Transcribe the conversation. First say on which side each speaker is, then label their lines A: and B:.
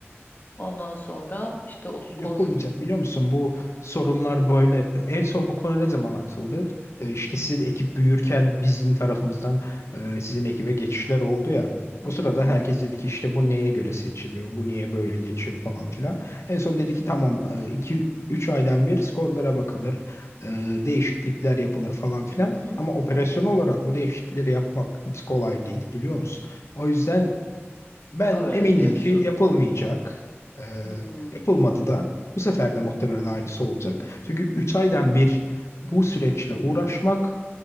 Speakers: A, on the left (about 45°); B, on the left (about 80°).
A: Ondan sonra işte o skor...
B: yapılmayacak biliyor musun? Bu sorunlar böyle en son bu konu ne zaman atıldı? Ee, işte sizin ekip büyürken bizim tarafımızdan e, sizin ekibe geçişler oldu ya.
A: Hı
B: O
A: hı,
B: sırada herkes dedi ki işte bu neye göre seçiliyor? Bu niye böyle geçiyor falan filan. En son dedi ki tamam e, 2 3 aydan bir skorlara bakılır. e, değişiklikler yapılır falan filan.
A: hı hı.
B: Ama operasyon olarak bu değişiklikleri yapmak hiç kolay değil biliyor musun? O yüzden ben
A: Öyle
B: emindim
A: diyorsun.
B: ki yapılmayacak. Ee,
A: Hmm.
B: yapılmadı da bu sefer de muhtemelen aynısı olacak. Çünkü 3 aydan bir bu süreçle uğraşmak